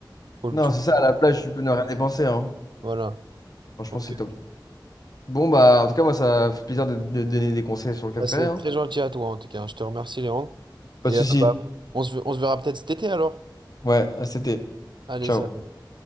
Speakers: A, on the right (about 75°); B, on the left (about 50°).
A: Faut le
B: Non,
A: tuer.
B: c'est ça. À la plage, tu peux ne rien dépenser. Hein.
A: Voilà.
B: Franchement,
A: Ok.
B: c'est top. Bon, bah, en tout cas, moi, ça fait plaisir de, de donner des conseils sur le Cap
A: Bah,
B: Ferret.
A: c'est
B: hein.
A: très gentil à toi en tout cas. hein. Je te remercie, Léandre.
B: Pas
A: Et
B: de souci.
A: euh, bah, on se, on se verra peut-être cet été alors.
B: Ouais, c'était.
A: Allez,
B: Ciao.
A: salut.